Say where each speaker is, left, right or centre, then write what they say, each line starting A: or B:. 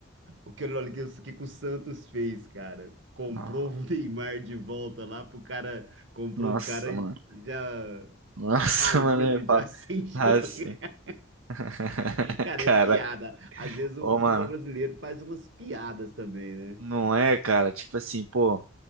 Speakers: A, on the right; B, on the right.
A: o que, olha que, o que que o Santos fez, cara? Comprou
B: No-
A: o Neymar de volta lá pro cara, comprou
B: Nossa,
A: o cara
B: mano.
A: já
B: Nossa,
A: falido,
B: <laughs> mano, eu falo.
A: já <laughs> sem jogar.
B: Ah, sim. <laughs>
A: Cara,
B: Caraca.
A: é piada. Às vezes o
B: Ô,
A: futebol
B: mano.
A: brasileiro faz umas piadas também, né?
B: Não é, cara? Tipo assim, pô.